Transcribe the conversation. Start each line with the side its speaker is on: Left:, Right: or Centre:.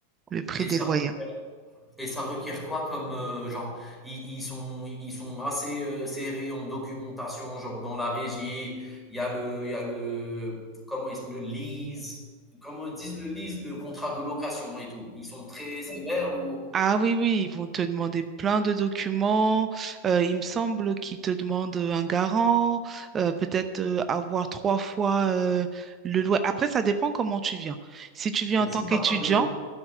Right: le prix
Centre: Et
Right: des
Centre: ça
Right: loyers.
Centre: requiert Et ça requiert quoi comme euh, genre ils, ils sont ils sont assez euh, serrés en documentation genre dans la régie il y a le il y a le comment ils le lease comment ils disent le lease le contrat de location et tout ils sont très sévères ou
Right: Ah oui, oui, ils vont te demander plein de documents. Euh, il me semble qu'ils te demandent un garant, euh, peut-être euh, avoir trois fois euh, le loyer. Après, ça dépend comment tu viens. Si tu viens
Centre: et
Right: en
Centre: si
Right: tant qu'étudiant,
Centre: t'as pas de